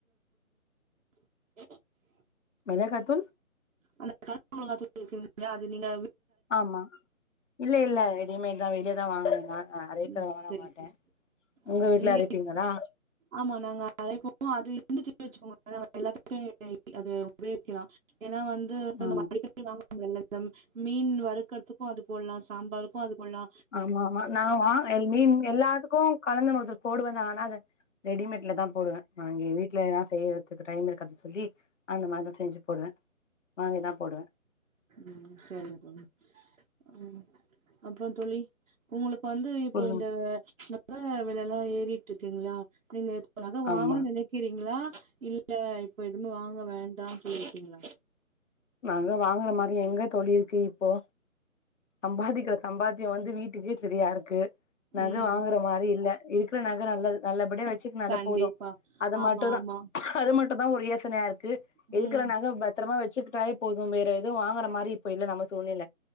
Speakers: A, on the right (about 65°); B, on the left (about 60°).
A: <unintelligible>
B: மெளகாத்தூள்
A: அந்த தனி மெளகா தூள் இருக்குதுங்க அது நீங்க வீ
B: ஆமா இல்ல இல்ல ரெடிமேட் தா வெளியேதாவாங்கனுங்கனு நா ஆ அரைக்கவள
A: ம்
B: நா
A: சரி
B: மாட்ட
A: ஆ
B: உங்க வீட்ல
A: நீங்க
B: அரைப்பீங்களா
A: ஆமா நாங்க அறைப்போ அது இருந்துச்சுன் வச்சுக்கோங்கள எல்லாத்துக்கு அது உபயோகிக்கலா ஏன்னா வந் ம்
B: ஆ
A: நம்ம அடிக்கடி வாங்க மீன் வறுக்கறதுகு அது போலா சாம்பாருக்கு அது போலா
B: ஆமா ஆமா நா வாங் மீன் எல்லாத்துக்கு கலந்து தூள் போடுவந்தா ஆனா அது ரெடிமேட்ல தா போடுவே நாங்க வீட்ல எல்லா செய்றதுக்கு டைம் இருக்காது சொல்லி அந்த மாரிதா செஞ்சு போடுவ வாங்கி தா போடுவ
A: ம் சரி தோழி ம் அப்புற தோழி உங்களுக்கு வந்து இப்போ
B: சொல்லுங்
A: இந்த நக வெலைல்லா ஏறிட்டு இருக்கீங்களா நீங்க நக வாங்கணுனு
B: ஆமா
A: நெனைக்கிறீங்ளா இல்ல இப்ப எதுவுமே வாங்க வேண்டா சொல்லிருக்கீங்களா
B: நக வாங்குற மாரி எங்க தோழி இருக்கு இப்போ சம்பாதிக்கிற சம்பாத்தியோ வந்து வீட்டுக்கே சரியாருக்கு நக
A: ம்
B: வாங்குற மாரி இல்ல இருக்கிற நக நல்லது நல்லபடியா வச்சுக்குனால
A: கண்டிப்பா
B: போது அத
A: ஆமா
B: மட்டுதா
A: ஆமா
B: அது மட்டுதா ஒரு யோசனையா இருக்கு
A: ம்
B: இருக்குற நகைய பத்தரமா வச்சுட் டாயே போது வேற எதுவு வாங்குற மாரி இப்ப இல்ல நம்ம சூழ்நில